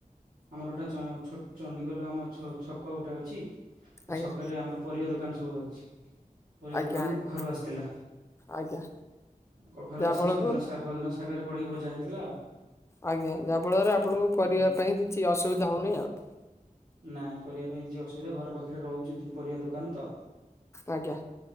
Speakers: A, on the right; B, on the left.
A: ଆମର ଗୋଟେ ଚଣ୍ଡିଗୋଲ ଆମ ଛକ ଗୋଟେ ଅଛି
B: ଆଜ୍ଞା
A: ଛକରେ ଆମର ପରିବା ଦ ଦାନ ସବୁ ଅଛି।
B: ଆଜ୍ଞା
A: ଦୋକାନରୁ
B: ଆଜ୍ଞା
A: କଖାରୁ ଆସିଥିଲା
B: ଆଜ୍ଞା
A: କଖାରୁ
B: ଯାହାଫଳକୁ
A: ଆସି ସଜନା ଶାଗ ସଜନା ଶାଗ ସାଙ୍ଗରେ ପଡ଼ିକି ଭଜା ହେଇଥିଲା ଆଉ।
B: ଆଜ୍ଞା ଯାହାଫଳରେ ଆପଣଙ୍କୁ ପରିବା
A: ଆଜ୍ଞା।
B: ପାଇଁ କିଛି ଅସୁବିଧା ହଉନିଁ ଆଉ।
A: ନାଇଁ ପରିବା ପାଇଁ କିଛି ଅସୁବିଧା ଘର ପାଖରେ ରହୁଛି ପରିବା ଦୋକାନ ତ।
B: ଆଜ୍ଞା